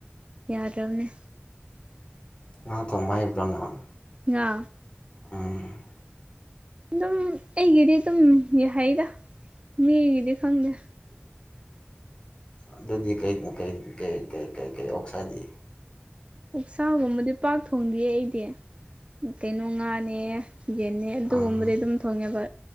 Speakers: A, on the right; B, on the left.
A: ꯌꯥꯗ꯭ꯔꯝꯅꯦ
B: ꯉꯥ ꯊꯣꯡꯕ ꯍꯩꯕ꯭ꯔꯣ ꯅꯪ
A: ꯉꯥ
B: ꯑꯝ
A: ꯗꯨꯝ ꯑꯩꯒꯤꯗꯤ ꯑꯗꯨꯝ ꯍꯩꯗ ꯃꯤꯒꯤꯗꯤ ꯈꯪꯗꯦ
B: ꯑꯗꯨꯗꯤ ꯀꯩ ꯀ ꯩꯀꯩ ꯀꯩꯀꯩꯀꯩ ꯑꯣꯛꯁꯥꯗꯤ
A: ꯑꯣꯛꯁꯥꯒꯨꯝꯕꯗꯤ ꯄꯥꯛ ꯊꯣꯡꯗꯤꯌꯦ ꯑꯩꯗꯤ ꯀꯩꯅꯣ ꯉꯥꯅꯦ ꯌꯦꯟꯅꯦ
B: ꯑꯩꯈꯣꯏꯒꯤ
A: ꯑꯗꯨꯒꯨꯝꯕꯗꯤ ꯑꯗꯨꯝ ꯊꯣꯡꯉꯦꯕ